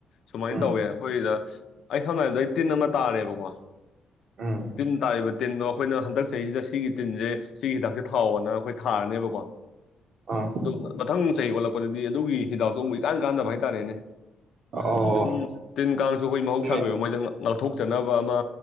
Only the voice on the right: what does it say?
ꯎꯝ
ꯎꯝ
ꯑ
ꯑꯣ
ꯆꯨꯝꯃꯦ